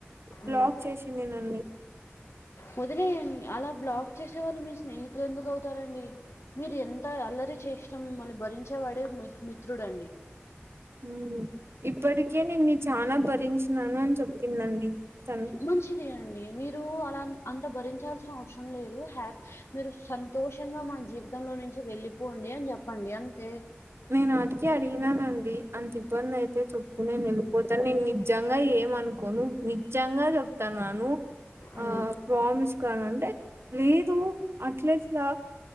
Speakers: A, on the right; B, on the left.
A: బ్లాక్
B: ఉమ్.
A: చేసింది నన్ని
B: వదిలేయండి అలా బ్లాక్ చేసేవాళ్ళు మీ స్నేహితులు ఎందుకు అవుతారండి మీరు ఎంత అల్లరి చేసినా మిమ్మల్ని భరించేవాడేి మిత్రుడండి
A: ఉ ఇప్పటికే నేను చాలా భరించినాను అని చెప్పిందండి తను
B: మంచిది మీరు అలా అంత భరించాల్సిన అవసరం లేదు హ మీరు సంతోషముగ సంతోషంగా మన జీవితంలో నుంచి వెళ్ళిపోండి అని చెప్పండి అంతే
A: నేను ఆడికి అడిగినానండి అంత ఇబ్బంది అయితే చెప్పు నేను వెళ్ళిపోతాను నేను నిజంగా ఏమనుకోను నిజంగా చెప్తాన్నాను
B: హ్మ్.
A: ఆ ప్రామిస్ కావాల అంటే లేదు అట్లేట్లా